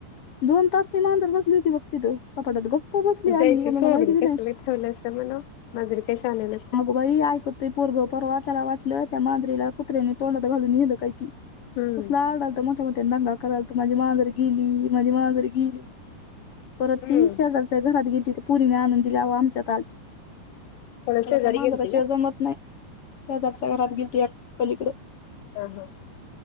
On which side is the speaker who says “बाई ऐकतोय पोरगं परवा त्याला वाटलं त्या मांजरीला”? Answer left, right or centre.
Left